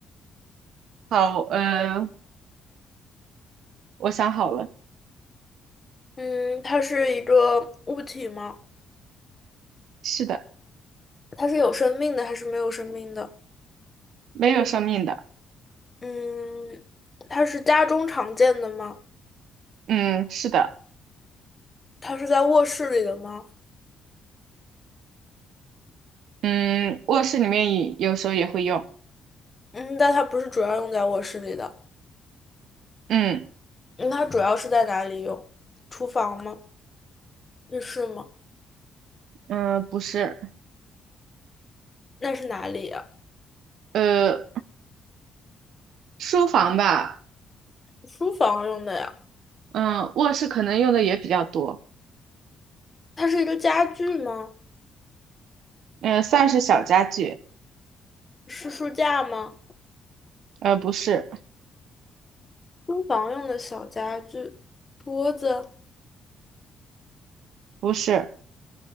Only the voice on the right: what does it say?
好，呃，我想好了，
是的，
没有生命的。
嗯，是的，
嗯，卧室里面也有时候也会用。
嗯
嗯，呃不是，
呃，书房吧，
嗯，卧室可能用的也比较多。
嗯，算是小家具。
呃，不是，
不是，